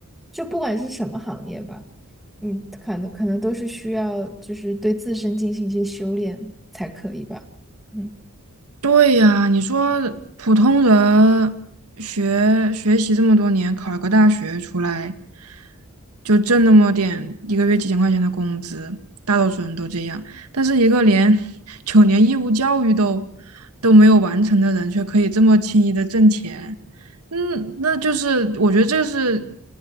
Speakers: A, in the centre; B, on the right (about 85°).
A: 就不管是什么行业吧，嗯，可能可能都是需要，就是对自身进行一些修炼才可以吧。嗯。
B: 对呀，你说普通人学学习这么多年，考个大学出来，就挣那么点，一个月几千块钱的工资，大多数人都这样。但是一个连 <laughs> 九年义务教育都都没有完成的人，却可以这么轻易的挣钱，嗯，那就是我觉得这是